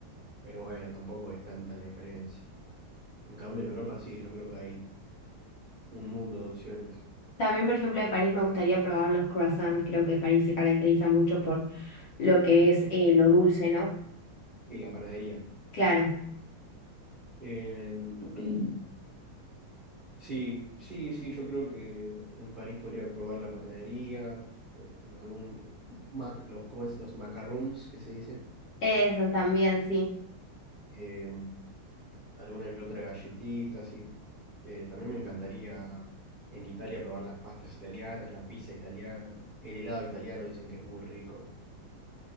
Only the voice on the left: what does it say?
También, por ejemplo, de París me gustaría probar los croissants. Creo que París se caracteriza mucho por lo que es eh, lo dulce, ¿no?
Claro,
eso también, sí.